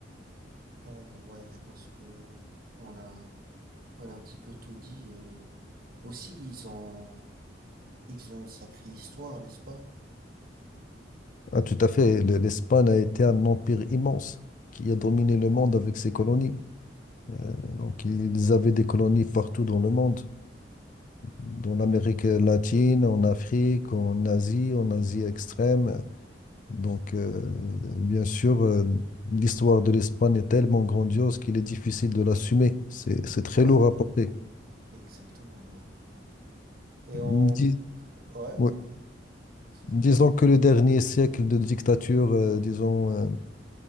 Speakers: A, on the right; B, on the left.
A: Carrément, ouais, je pense que on a, on a un petit peu tout dit et aussi ils ont, ils ont une sacrée histoire, n'est-ce pas?
B: Ah, tout à fait, l- l'Espagne a été un empire immense qui a dominé le monde avec ses colonies. Euh, donc, ils avaient des colonies partout dans le monde, dans l'Amérique latine, en Afrique, en Asie, en Asie extrême. Donc, euh, bien sûr, euh, l'histoire de l'Espagne est tellement grandiose qu'il est difficile de l'assumer. C'est, c'est très
A: Ouais.
B: lourd à porter.
A: Exactement, ouais. ouais. Et on...
B: Dis-
A: Ouais,
B: ouais.
A: ouais, excuse-moi.
B: Disons que le dernier siècle de dictature, euh, disons, euh,